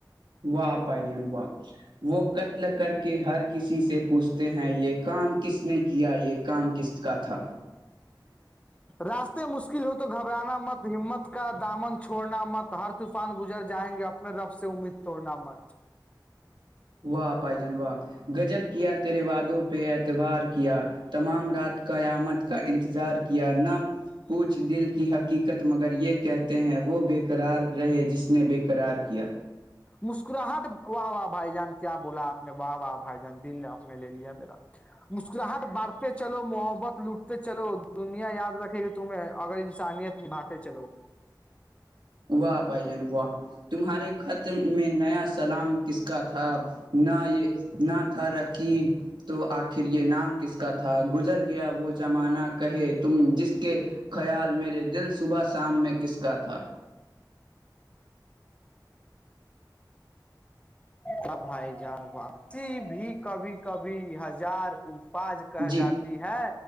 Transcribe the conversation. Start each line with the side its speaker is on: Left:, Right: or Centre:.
Right: واہ آائی جان وااہپ وہ قتل کر کے ہر کسی سے پوچھتے ہیں یہ کام کس نے کیا یہ کام قسط کا تھا
Left: راستے مشکل ہو تو گھبرانا مت ہمت کا دامن چھوڑنا مت ہر طوفان گزر جائیں گے اپ میں رب سے امید توڑنا مت
Right: واہ پائی جان گجب کیا تیرے وادوں پہ اعتبار کے کیا تمام رات قیامت کا انتظار کیا ن پوچھ دل کی حق حقیقت مگر یہ کہتے ہیں وہ بےقرار رہے جس نے بےقرار کیا
Left: مسکراہٹ واہ واہ بھائی جان کیا بولا آپ نے واہ واہ بھائی جان دل آپ نے لے لیا میرا مسکراہٹ بانٹتے چلو محبت لوٹتے چلو دنیا یاد رکھے گی تو تمہیں اگر انسانیت نباتے چلو
Right: واہ پھائی جان واہ تمہارے خط میں نیا سلام کس کا تھا نہ یہ نہ تھا رکیب تو آخر یہ نام کس کا تھا گزر گیا وہ زمانہ کہے تم جس کے خیال میرے دل صبح شام میں کس کا تھا
Left: واہ بھائی جان واہ بقتی بھی کبھی کبھی ہزار پاج کہ
Right: جی
Left: جاتی ہے